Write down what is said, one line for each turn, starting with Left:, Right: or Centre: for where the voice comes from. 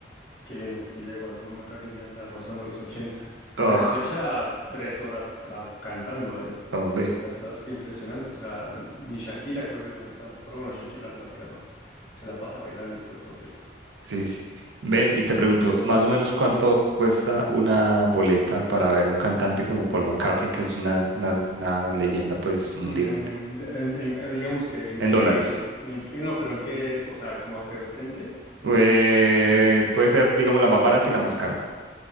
Left: Qué viene, porque ya igual Paul McCartney ya anda rozando los ochenta,
Right: Ugh,
Left: Pero se echa tres horas ah, cantando, ¿eh?
Right: hombre.
Left: O sea, la verdad es que impresionante. O sea, ni Shakira creo que cantó tanto. Pero bueno, Shakira la verdad es que además se la pasa bailando todo el concierto.
Right: Sí, sí. Ven, y te pregunto, más o menos cuánto cuesta una boleta para ver un cantante como Paul McCartney, que es una, una, una leyenda pues mundial,
Left: Mm, de- en- en- eh, digamos que en
Right: en
Left: qué
Right: dólares.
Left: es, en, qué- no, pero en qué es, o sea, como hasta enfrente.
Right: Eh, puede ser, digamos, la más barata y la más cara.